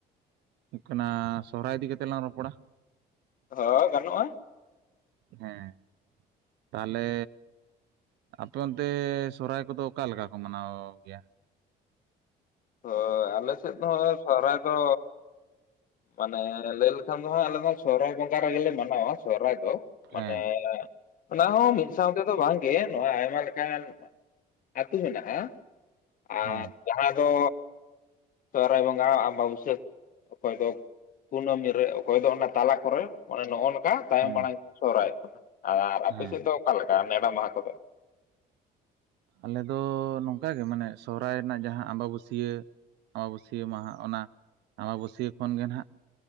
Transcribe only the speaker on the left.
ᱦᱚᱸ ᱜᱟᱱᱚᱜᱼᱟ᱾
ᱦᱳᱭ ᱟᱞᱮ ᱥᱮᱫ ᱫᱚ ᱥᱚᱨᱦᱟᱭ ᱫᱚ ᱢᱟᱱᱮ ᱞᱟᱹᱭ ᱞᱮᱠᱷᱟᱱ ᱫᱚ ᱦᱟᱸᱜ ᱟᱞᱮ ᱫᱚ ᱥᱚᱦᱨᱟᱭ ᱵᱚᱸᱜᱟ ᱨᱮᱜᱮᱞᱮ ᱢᱟᱱᱟᱣᱟ ᱥᱚᱦᱨᱟᱭ ᱫᱚ
ᱢᱟᱱᱮ ᱚᱱᱟ ᱦᱚᱸ ᱢᱤᱫ ᱥᱟᱶ ᱛᱮᱫᱚ ᱵᱟᱝᱜᱮ ᱱᱚᱣᱟ ᱟᱭᱢᱟ ᱞᱮᱠᱟᱱ ᱟᱹᱛᱩ ᱢᱮᱱᱟᱜᱼᱟ ᱟᱨ
ᱡᱟᱦᱟᱸ ᱫᱚ ᱥᱚᱦᱚᱨᱟᱭ ᱵᱚᱸᱜᱟ ᱟᱢᱵᱟᱵᱩᱥᱤᱭᱟᱹ ᱚᱠᱚᱭ ᱫᱚ ᱠᱩᱱᱟᱹᱢᱤ ᱨᱮ ᱚᱠᱚᱭ ᱫᱚ ᱚᱱᱟ ᱛᱟᱞᱟ ᱠᱚᱨᱮ ᱢᱟᱱᱮ ᱱᱚᱜᱼᱚᱭ ᱱᱚᱝᱠᱟ ᱛᱟᱭᱚᱢ
ᱢᱟᱲᱟᱝ ᱠᱚ ᱥᱚᱦᱨᱟᱭᱚᱜ ᱠᱟᱱᱟ ᱟᱨ ᱟᱯᱮ
ᱥᱮᱫ ᱫᱚ ᱚᱠᱟᱞᱮᱠᱟ ᱱᱮᱰᱟ ᱢᱟᱦᱟ ᱠᱚᱫᱚ?